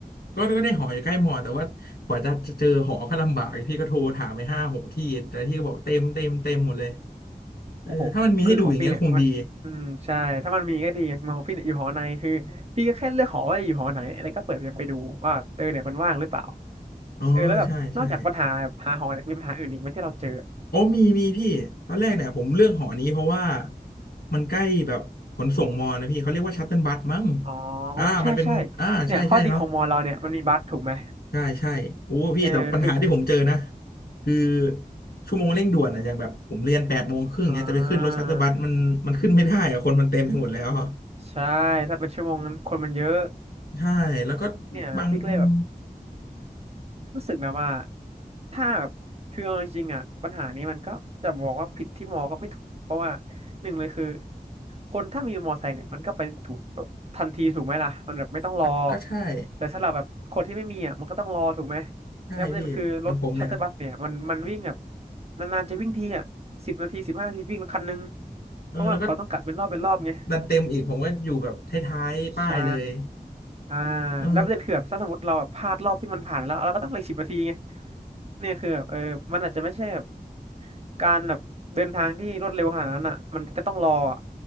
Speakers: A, on the left; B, on the right.
A: ก็ก็ได้หออยู่ใกล้มอแต่ว่ากว่าจะเจอหอก็ลำบากพี่ก็โทรถามไปห้าหกที่แต่ที่ก็บอกเต็มเต็มเต็มหมดเลยเออถ้ามันมีให้ดูอย่างเงี้ยคงดี
B: โอ้โหคือของพี่เนี่ยมันอืมใช่ถ้ามันมีก็ดีมอของพี่เนี่ยอยู่หอในคือพี่ก็แค่เลือกหอว่าอยู่หอไหนแล้วก็เปิดไปดูว่าเออเนี่ยมันว่างหรือเปล่า
A: อ๋อใช่ใช่
B: เออแล้วแบบนอกจากปัญหาหาหอเนี่ยมีปัญหาอื่นอีกไหมที่เราเจอ
A: โอ้มีมีพี่ตอนแรกเนี่ยผมเลือกหอนี้เพราะว่ามันใกล้แบบขนส่งมอนะพี่เขาเรียกว่าชัตเติลบัสมั้ง
B: อ๋อ
A: อ่ามันเป็นอ่าใช่ใช่เนาะ
B: ใช่ใช่เนี่ยข้อดีของมอเราเนี่ยมันมีบัสถูกไหม
A: ใช่ใช่โอ้พี่แต่ปัญหาที่ผมเจอนะ
B: เออคือ
A: คือชั่วโมงเร่งด่วนอะอย่างแบบผมเรียนแปดโมงครึ่งเนี้ยจะไปขึ้นรถชัตเติลบัสมันมันขึ้นไม่ได้อะคนมันเต็มไปหมดแล้วอะ
B: <laughs> อ่าใช่ถ้าเป็นชั่วโมงนั้นคนมันเยอะ
A: ใช่แล้วก็
B: เนี่ยพี่ก็เลยแบบ
A: บางอืม
B: รู้สึกนะว่าถ้าแบบคือเอาจริงๆอ่ะปัญหานี้มันก็จะบอกว่าผิดที่มอก็ไม่ถูกเพราะว่าหนึ่งเลยคือคนถ้ามีมอไซค์เนี่ยมันก็ไปถูกทันทีถูกไหมล่ะมันแบบไม่ต้องรอ
A: ก็ก็ใช่
B: แต่สำหรับแบบคนที่ไม่มีอ่ะมันก็ต้องรอถูกไหม
A: ใช่พี่มันผมเนี่ย
B: แล้วประเด็นคือรถชัตเตอร์บัสเนี่ยมันมันวิ่งแบบนานๆจะวิ่งทีอ่ะสิบนาทีสิบห้านาทีวิ่งคันนึง
A: เออแล้วก็
B: เพราะว่าเขาต้องกะเป็นรอบเป็นรอบไง
A: ดันเต็มอีกผมก็อยู่แบบท้ายๆป้ายเลย
B: ใช่อ่า
A: เออ
B: แล้วประเด็นคือแบบถ้าสมมติเราแบบพลาดรอบที่มันผ่านไปแล้วเราก็ต้องเหลือสิบนาทีไงเนี่ยคือแบบเออมันอาจจะไม่ใช่แบบการแบบเดินทางที่รวดเร็วขนาดนั้นอ่ะมันก็ต้องรออะ